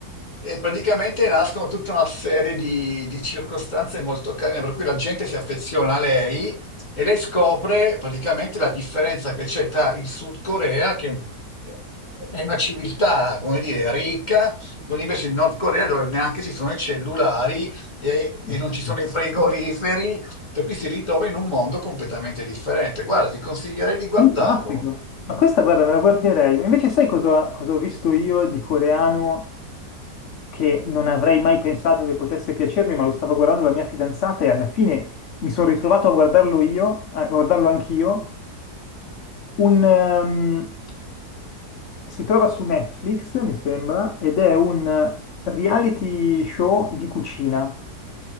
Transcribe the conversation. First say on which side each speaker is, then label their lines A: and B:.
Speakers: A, on the left; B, on the left.
A: E praticamente nascono tutta una serie di, di circostanze molto carine, per cui la gente si affeziona a lei e lei scopre praticamente la differenza che c'è tra il Sud Corea, che è una civiltà, come dire, ricca, con invece il Nord Corea dove neanche ci sono i cellulari e, e
B: E
A: non
B: certo,
A: ci sono i frigoriferi, per cui si ritrova in un mondo completamente differente. Guarda, ti consiglierei di guardarlo.
B: Fantastico! Ma questa, guarda, me la guarderei. Ma Invece sai cosa, cosa ho visto io di coreano che non avrei mai pensato che potesse piacermi, ma lo stava guardando la mia fidanzata e alla fine mi sono ritrovato a guardarlo io, a guardarlo anch'io un, ehm, si trova su Netflix, mi sembra, ed è un reality show di cucina.